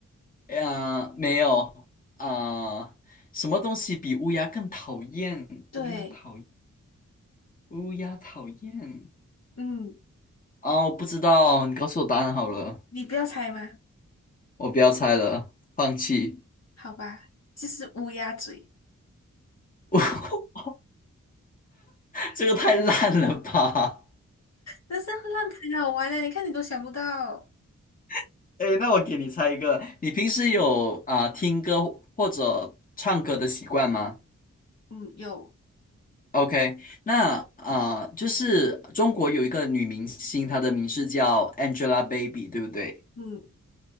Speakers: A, on the left; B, on the left.
A: 呀、没有啊、什么东西比乌鸦更讨厌？
B: 对，
A: 乌鸦讨厌，乌鸦讨厌
B: 嗯，
A: 啊、我不知道，你告诉我答案好了，
B: 你不要猜吗？
A: 我不要猜了，放弃。
B: 好吧，就是乌鸦嘴。
A: <laughs> 这个太烂了吧
B: 但是要浪才好玩的，你看你都想不到，
A: <laughs>！哎，那我给你猜一个，你平时有啊、
B: OK，
A: 听歌或者唱歌的习惯吗
B: 嗯，有，
A: ？OK，那啊、就是中国有一个女明星，她的名字叫 Angelababy，对不对？
B: 嗯